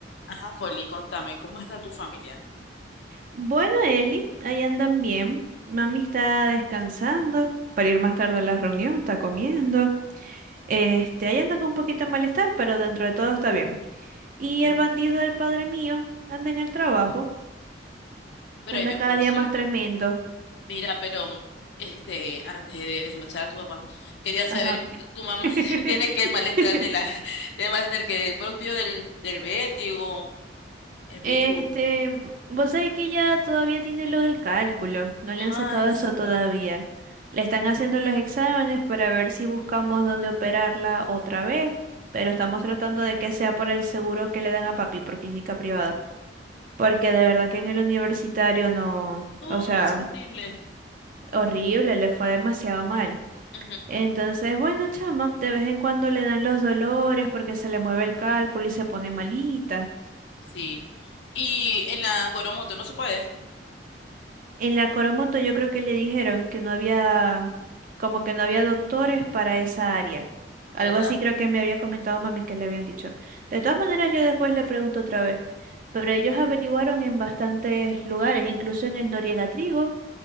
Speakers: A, on the left (about 75°); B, on the right (about 45°).
A: Ajá, Folly, contame, ¿cómo está tu familia?
B: Bueno, Eli, ahí andan bien. Mami está descansando para
A: Mm.
B: ir más tarde a la reunión, está comiendo. Este, ahí anda con un poquito de malestar, pero dentro de todo está bien. Y
A: Pues,
B: el bandido del padre mío anda en el trabajo,
A: Pero
B: anda
A: ay Dios,
B: cada
A: pobrecito.
B: día más tremendo.
A: Mira, pero este, antes de desmechar a tu papá, quería
B: Ajá.
A: saber, tu mamá
B: <laughs>
A: <laughs> tiene que el malestar de la, tiene el malestar que el propio del, del vértigo, el virus.
B: Este, vos sabés que ella todavía tiene lo del cálculo, no le
A: Ay,
B: han sacado
A: sí.
B: eso todavía. Le están haciendo los exámenes para ver si buscamos dónde operarla otra vez, pero estamos tratando de que sea por el seguro que le dan a papi por clínica privada, porque de verdad que en el universitario no,
A: No,
B: o sea,
A: es horrible.
B: horrible, le fue demasiado mal.
A: Ujú,
B: Entonces, bueno, chama, de vez en cuando le dan los dolores porque se le mueve el cálculo y se pone malita.
A: sí. Y en la Coromoto no se puede,
B: En la Coromoto yo creo que le dijeron que no había, como que no había doctores para esa área. Algo
A: ¿verdad?
B: así creo que me había comentado mami que le habían dicho. De todas maneras, yo después le pregunto otra vez, pero ellos averiguaron en bastantes lugares, incluso en el Noriega Trigo,